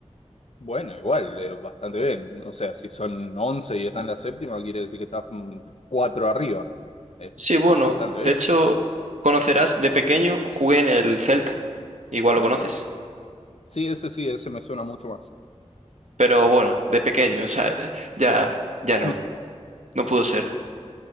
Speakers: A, on the left; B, on the right.
A: Bueno, igual, eh, bastante bien. O sea, si son 11 y está en la séptima, quiere decir que está mm, cuatro arriba. Es,
B: Sí, bueno,
A: es bastante
B: de
A: bien.
B: hecho, conocerás, de pequeño jugué en el Celta. Igual
A: Mm.
B: lo conoces.
A: Sí, ese sí, ese me suena mucho más.
B: Pero bueno, de pequeño, o sea, <laughs> ya, ya no,
A: Mm.
B: no pudo ser.